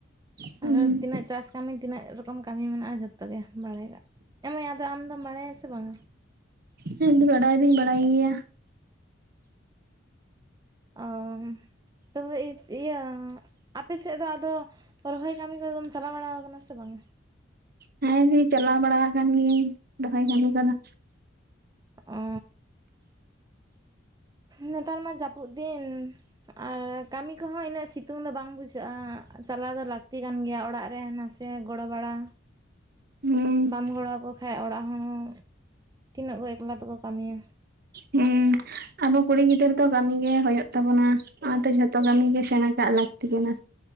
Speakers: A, on the right; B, on the right.
A: ᱦᱮᱸ
B: ᱟᱨᱦᱚ ᱛᱤᱱᱟᱹᱜ ᱪᱟᱥ ᱠᱟᱹᱢᱤ ᱛᱤᱱᱟᱹᱜ ᱨᱚᱠᱚᱢ ᱠᱟᱹᱢᱤ ᱢᱮᱱᱟᱜᱼᱟ ᱡᱷᱚᱛᱚ ᱜᱮ ᱵᱟᱲᱟ ᱭᱚᱜᱼᱟ᱾ ᱮ ᱢᱟᱹᱭ ᱟᱫᱚ ᱟᱢ ᱫᱚᱢ ᱵᱟᱲᱟᱭᱟᱥᱮ ᱵᱟᱝ-ᱟ?
A: ᱦᱮᱸ ᱫᱤ ᱵᱟᱰᱟᱭ ᱫᱩᱧ ᱵᱟᱲᱟᱭ ᱜᱮᱭᱟ᱾
B: ᱚᱻ ᱛᱚᱵᱮ ᱤᱭᱟᱹ ᱟᱯᱮ ᱥᱮᱫ ᱫᱚ ᱟᱫᱚ ᱨᱚᱦᱚᱭ ᱠᱟᱹᱢᱤ ᱠᱚᱨᱮ ᱫᱚᱢ ᱪᱟᱞᱟᱣ ᱵᱟᱲᱟ ᱠᱟᱱᱟ ᱥᱮ ᱵᱟᱝ-ᱟ?
A: ᱦᱮᱸ ᱫᱤ ᱪᱟᱞᱟᱣ ᱵᱟᱲᱟ ᱠᱟᱱ ᱜᱤᱭᱟᱹᱧ ᱨᱚᱦᱚᱭ ᱠᱟᱹᱢᱤ ᱠᱚᱫᱚ᱾
B: ᱚ ᱱᱮᱛᱟᱨ ᱢᱟ ᱡᱟᱹᱯᱩᱫ ᱫᱤᱱ, ᱟᱨ ᱠᱟᱹᱢᱤ ᱠᱚᱦᱚᱸ ᱤᱱᱟᱹᱜ ᱥᱤᱛᱩᱝ ᱫᱚ ᱵᱟᱝ ᱵᱩᱡᱷᱟᱹᱜᱼᱟ, ᱪᱟᱞᱟᱣ ᱫᱚ ᱞᱟᱹᱠᱛᱤ ᱠᱟᱱ ᱜᱮᱭᱟ ᱚᱲᱟᱜ ᱨᱮᱭᱟ ᱱᱟ ᱥᱮ ᱜᱚᱲᱚ ᱵᱟᱲᱟ᱾
A: ᱦᱩᱸ
B: ᱵᱟᱢ ᱜᱚᱲᱚ ᱟᱠᱚ ᱠᱷᱟᱡ ᱚᱲᱟᱜ ᱦᱚᱸ, ᱛᱤᱱᱟᱹᱜ ᱠᱚ ᱮᱠᱞᱟ ᱛᱮᱠᱚ ᱠᱟᱹᱢᱤᱭᱟ᱾
A: ᱦᱩᱸ ᱟᱵᱚ ᱠᱩᱲᱤ ᱜᱤᱫᱽᱨᱟᱹ ᱫᱚ ᱠᱟᱹᱢᱤ ᱜᱮ ᱦᱳᱭᱳᱜ ᱛᱟᱵᱚᱱᱟ, ᱚᱱᱟᱛᱮ ᱡᱷᱚᱛᱚ ᱠᱟᱹᱢᱤ ᱜᱮ ᱥᱮᱬᱟ ᱠᱟᱜ ᱞᱟᱹᱠᱛᱤ ᱠᱟᱱᱟ᱾